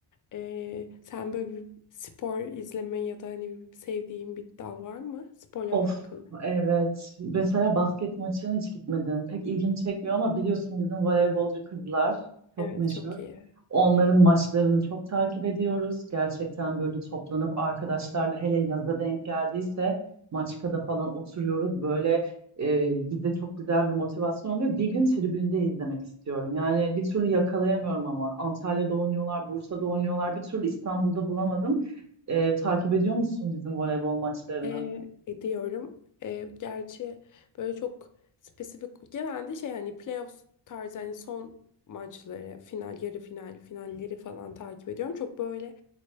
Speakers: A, on the left; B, on the right.
A: Eee, sen böyle bir spor izleme ya da hani sevdiğin bir dal var mı? Sporla
B: Of
A: alakalı.
B: evet. Mesela basket maçına hiç gitmedim. Pek ilgimi çekmiyor ama biliyorsun bizim voleybolcu kızlar çok
A: Evet
B: meşhur.
A: çok iyi.
B: Onların maçlarını çok takip ediyoruz. Gerçekten böyle toplanıp arkadaşlarla hele yaza denk geldiyse Maçka'da falan oturuyoruz. Böyle e, bize çok güzel bir motivasyon oluyor. Bir gün tribünde izlemek istiyorum. Yani bir türlü yakalayamıyorum ama. Antalya'da oynuyorlar, Bursa'da oynuyorlar. Bir türlü İstanbul'da bulamadım. E, takip ediyor musun bizim voleybol maçlarını?
A: E, ediyorum. E, gerçi böyle çok spesifik genelde şey hani playoffs tarzı hani son maçları, final, yarı final, finalleri falan takip ediyorum. Çok böyle